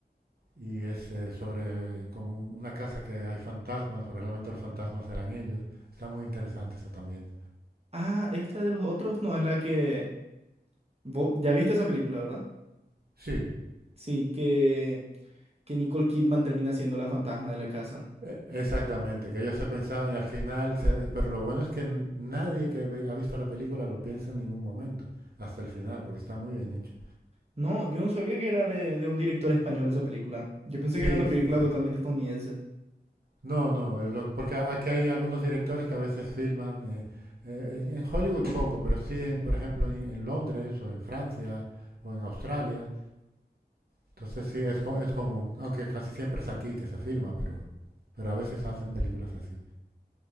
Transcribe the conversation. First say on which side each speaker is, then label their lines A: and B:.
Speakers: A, on the right; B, on the right.
A: y es eh, sobre como una casa que hay fantasmas, pero realmente los fantasmas eran ellos. Está muy interesante eso también.
B: Ah, esta de los otros no es la que... vos- ya viste esa película, ¿verdad?
A: Sí,
B: Sí, que, que Nicole Kidman termina siendo la fantasma de la casa.
A: e- exactamente, que ellos se pensaban y al final, se- y- pero lo bueno es que n- nadie que ve- ha visto la película lo piensa en ningún momento, hasta el final, porque está muy bien hecho.
B: No, yo no sabía que era de, de un director español esa película. Yo pensé
A: Sí,
B: que era una
A: sí,
B: película
A: sí.
B: totalmente estadounidense.
A: No, no, es lo- porque a- aquí hay algunos directores que a veces filman, eh, eh, en, en Hollywood poco, pero sí, en, por ejemplo, en, en Londres o en Francia o en Australia, Entonces sí, es, co- es común, aunque casi siempre es aquí que se filma, pero, pero a veces hacen películas así.